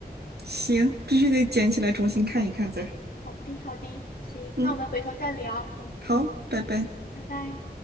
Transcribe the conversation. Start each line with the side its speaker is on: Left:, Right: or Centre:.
Right: 行，必须得捡起来重新看一看再。
Left: 嗯嗯，好的好的，行，
Right: 嗯，
Left: 那我们回头再聊。嗯，
Right: 好，拜拜。
Left: 拜拜。